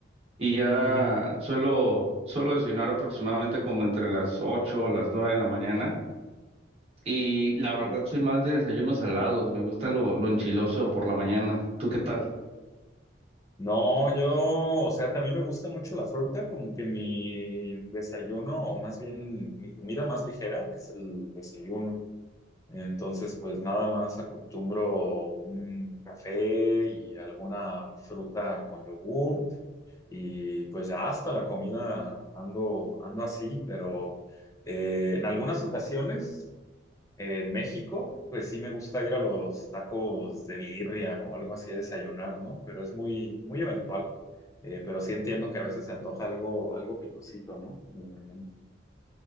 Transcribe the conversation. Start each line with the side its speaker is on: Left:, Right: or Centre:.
Right: y ya
Left: Ujú,
Right: suelo, suelo desayunar aproximadamente como entre las 8 o las 9 de la mañana. Y la verdad
Left: Sí.
Right: soy más de desayunos salados, me gusta lo, lo enchiloso por la mañana. ¿Tú qué tal?
Left: No, yo, o sea, también me gusta mucho la fruta, como que mi desayuno, o más bien mi comida más ligera, es el desayuno. Entonces, pues nada más acostumbro un café y alguna fruta con yogurt. Y pues ya hasta la comida ando, ando así, pero eh, en algunas ocasiones en México, pues sí me gusta ir a los tacos de birria o algo así a desayunar, ¿no? Pero es muy, muy eventual. Eh, pero sí entiendo que a veces se antoja algo, algo picosito, ¿no? Como mañana.